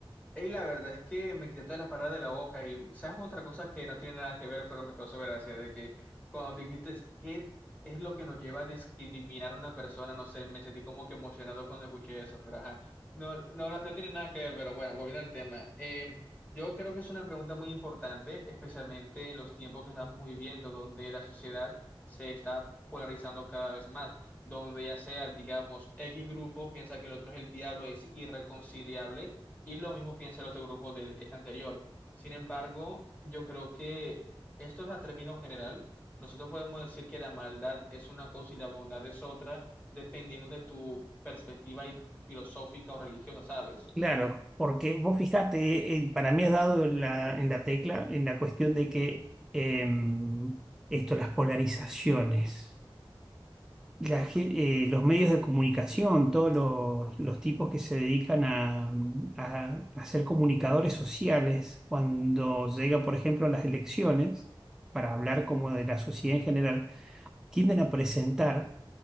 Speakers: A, on the left; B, in the centre.
A: Y la verdad es que me quité todas las palabras de la boca y sabes otra cosa que no tiene nada que ver, pero me causó gracia, de que cuando dijiste qué es lo que nos lleva a discriminar a una persona, no sé, me sentí como que emocionado cuando escuché eso, pero ajá, no, no, no, no tiene nada que ver, pero bueno, volviendo al tema, eh, yo creo que es una pregunta muy importante, especialmente en los tiempos que estamos viviendo, donde la sociedad se está polarizando cada vez más, donde ya sea, digamos, X grupo piensa que el otro es el diablo, es irreconciliable y lo mismo piensa el otro grupo del este anterior. Sin embargo, yo creo que esto es a término general. Nosotros podemos decir que la maldad es una cosa y la bondad es otra, dependiendo de tu perspectiva y filosófica o religiosa, ¿sabes?
B: Claro, porque vos fijate, eh, para mí has dado en la, en la tecla, en la cuestión de que em, esto, las polarizaciones. la gen- eh, los medios de comunicación, todos los, los tipos que se dedican a, a- a ser comunicadores sociales, cuando llegan, por ejemplo, a las elecciones, para hablar como de la sociedad en general, tienden a presentar